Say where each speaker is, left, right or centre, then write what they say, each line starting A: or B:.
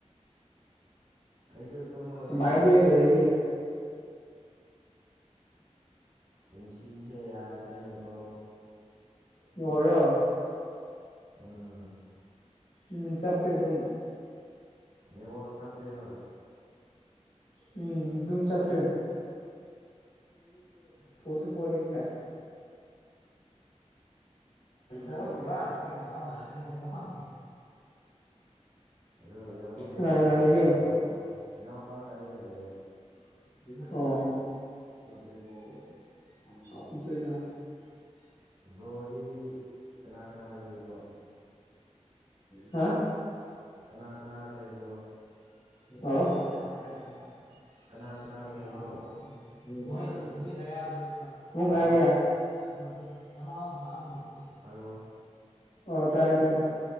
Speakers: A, on the right; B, on the left.
A: ꯑꯩꯁꯨ ꯇꯨꯝꯃꯒ
B: ꯀꯃꯥꯏꯗꯤꯔ
A: ꯑꯗꯨꯝ ꯂꯩꯌꯦꯗ
B: ꯂꯩꯔꯦ
A: ꯄꯨꯟꯁꯤꯁꯦ ꯌꯥꯗ꯭ꯔꯦꯅꯦꯕ꯭ꯔꯣ
B: ꯏ ꯑꯣꯏꯣ
A: ꯎꯝ
B: ꯎꯝ ꯆꯄꯦ ꯑꯗꯨꯝ
A: ꯅꯦꯠꯋꯔꯛ ꯆꯥꯞꯄꯦ ꯍ
B: ꯎꯝ ꯑꯗꯨꯝ ꯆꯄꯦ ꯄꯨꯁꯨ ꯄꯂꯤꯉ ꯏꯣ ꯐꯂ ꯍꯥꯏꯕ
A: <unintelligible> <unintelligible> ꯑꯗ ꯏꯌꯥꯝꯕꯣꯏꯗꯤ
B: ꯀꯅꯥ ꯀꯅꯥ
A: ꯀꯩ
B: ꯂꯩꯒꯦ
A: ꯀꯩ ꯇꯧꯔ ꯂꯩꯕ꯭ꯔꯣ ꯏꯅꯥꯎꯄꯥꯒ ꯑꯩꯒ ꯂꯩꯌꯦ
B: ꯣꯕꯨꯨꯇ
A: ꯕ꯭ꯔꯣꯗꯤ ꯀꯅꯥ ꯀꯅꯥꯒ ꯂꯩꯕ꯭ꯔꯣ
B: ꯍꯥ
A: ꯀꯅꯥ ꯀꯅꯥꯒ ꯂꯩꯕ꯭ꯔꯣ
B: ꯑꯣ
A: ꯀꯅꯥ ꯀꯅꯥꯒ ꯂꯩꯕ꯭ꯔꯣ
B: <unintelligible>
A: ꯍꯜꯂꯣ ꯍꯜꯂꯣ
B: ꯑꯣ ꯇꯥꯏ ꯇꯥꯏ